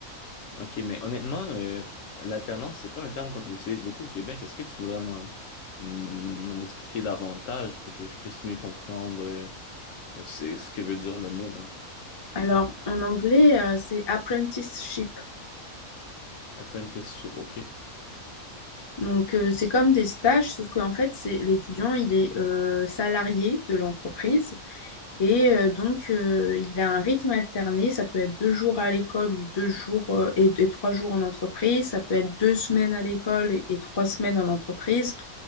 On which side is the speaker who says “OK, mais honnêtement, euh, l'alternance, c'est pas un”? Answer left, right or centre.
Left